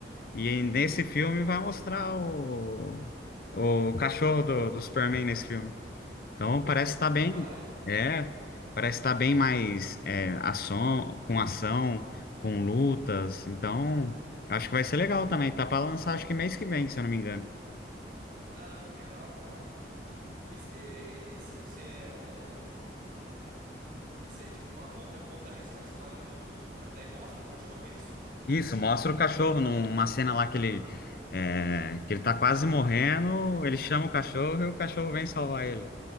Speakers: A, on the left; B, on the right.
A: E nesse filme vai mostrar o, o cachorro do, do Superman nesse filme. Então parece estar bem,
B: capaz.
A: é, parece estar bem mais é, ação, com ação, com lutas. Então acho que vai ser legal também. Tá para lançar acho que mês que vem, se eu não me engano.
B: Caramba, que legal, cara. Esse, é, é, esse, esse é, esse é tipo a conta conta a his- a história do, do, do ca- daí mostra o cachorro, é isso?
A: Isso, mostra o cachorro numa cena lá que ele é, que ele tá quase morrendo, ele chama o cachorro e o cachorro vem salvar ele.